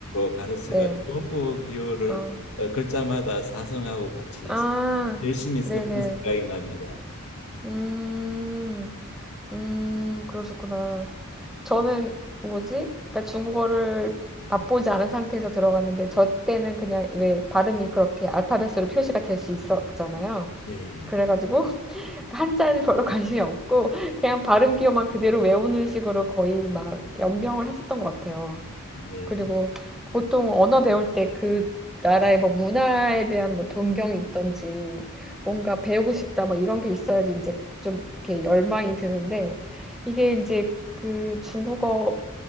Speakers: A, on the left; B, in the centre.
A: 가르쳐가
B: 네.
A: 주원부 기호를
B: 어,
A: 어, 글자마다 사성하고 같이
B: 아,
A: 해서 열심히 썼던
B: 네네.
A: 생각이 납니다.
B: 음, 음, 그러셨구나. 저는 뭐지? 그러니까 중국어를 맛보지 않은 상태에서 들어갔는데, 저 때는 그냥 왜 발음이 그렇게 알파벳으로 표시가 될 수 있었잖아요.
A: 예,
B: 그래가지고, 한자를 별로 관심이 없고 그냥 발음 기호만 그대로 외우는 식으로 거의 막 연명을 했었던 것 같아요.
A: 예, 예,
B: 그리고 보통 언어 배울 때 그 나라의 뭐 문화에 대한 뭐 동경이 있던지 뭔가 배우고 싶다 뭐 이런 게 있어야지 이제 좀 이렇게 열망이 드는데 이게 이제 그 중국어